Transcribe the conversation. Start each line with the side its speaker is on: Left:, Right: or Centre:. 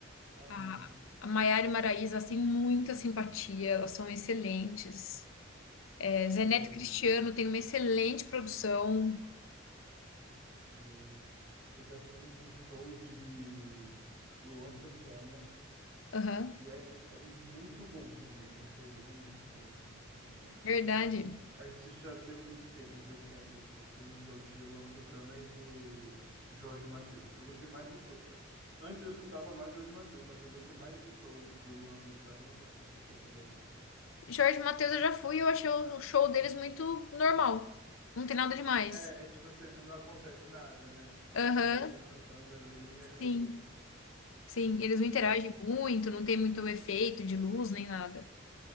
Right: Aham,
Left: a a Maiara e Maraísa, elas têm muita simpatia, elas são excelentes. Zé
Right: boa,
Left: Neto Cristiano tem uma excelente produção.
Right: boa. Eu já fui num show de Luan Santana
Left: Aham,
Right: E é, é muito bom também, né? O show dele é muito bom, o show muito bom na época
Left: verdade.
Right: que foi. Aí isso já tem muito tempo, eu já tinha. Eu fui no show de Luan Santana e do Jorge Mateus. Eu gostei mais do show. Antes eu escutava mais Jorge Mateus, mas eu gostei mais do show do Luan Santana do que do show do Jorge Mateus.
Left: Jorge Mateus eu já fui, e eu achei o show deles muito normal. Não tem nada demais.
Right: É, é tipo assim, não acontece nada, né?
Left: Aham,
Right: É só eles cantando ali e acabou.
Left: sim. Sim, eles não
Right: É.
Left: interagem muito, não tem muito efeito de luz nem nada.